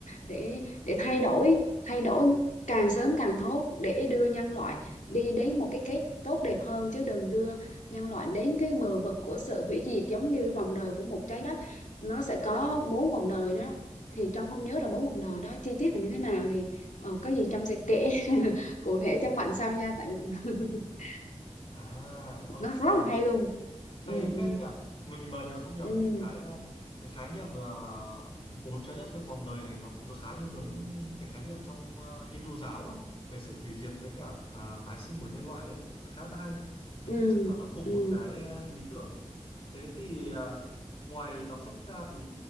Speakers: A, on the left; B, on the left.
A: để để thay đổi thay đổi càng sớm càng tốt để đưa nhân loại đi đến một cái kết tốt đẹp hơn chứ đừng đưa nhân loại đến cái bờ vực của sự hủy diệt giống như vòng đời của một trái đất nó sẽ có bốn vòng đời đó thì Trân không nhớ là bốn vòng đời đó chi tiết là như thế nào thì ờ, có gì Trân sẽ kể <laughs> cụ thể cho Mạnh sau nha tại vì <laughs>
B: À, ok.
A: nó rất là hay luôn ừ
B: hay
A: ừ
B: phết nhỉ mình mà nhớ không nhầm
A: ừ
B: thì cái à, cái khái niệm là bốn trái đất hay vòng đời này nó cũng khá như giống cái khái niệm trong à, Hindu giáo á về sự hủy diệt với cả à, tái sinh của nhân loại ấy. khá là hay mình
A: ừ
B: nghĩ chắc là nó cùng
A: ừ
B: một cái à, ý tưởng thế thì à, ngoài đọc sách ra thì